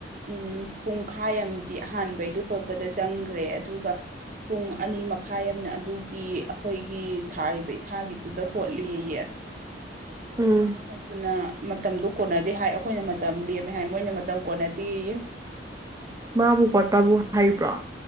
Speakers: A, on the right; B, on the right.
A: ꯎꯝ ꯄꯨꯡꯈꯥꯏ ꯑꯝꯗꯤ ꯑꯍꯥꯟꯕꯩꯗꯣ ꯍꯣꯠꯄꯗ ꯆꯪꯈ꯭ꯔꯦ ꯑꯗꯨꯒ ꯄꯨꯡ ꯑꯅꯤ ꯃꯈꯥꯏ ꯑꯝꯅ ꯑꯗꯨꯒꯤ ꯑꯈꯣꯏꯒꯤ ꯊꯥꯔꯤꯕ ꯏꯁꯥꯒꯤꯗꯨꯗ ꯍꯣꯠꯂꯦꯌꯦ
B: ꯎꯝ
A: ꯑꯗꯨꯅ ꯃꯇꯝꯗꯣ ꯀꯣꯟꯅꯗꯦ ꯍꯥꯏ ꯑꯩꯈꯣꯏꯅ ꯃꯇꯝ ꯂꯦꯝꯃꯦ ꯍꯥꯏ ꯃꯣꯏꯅ ꯃꯇꯝ ꯀꯣꯟꯅꯗꯦꯌꯦ <inaudible>
B: ꯃꯥꯕꯨ ꯍꯣꯠꯄꯝꯕꯨ ꯍꯩꯕ꯭ꯔꯣ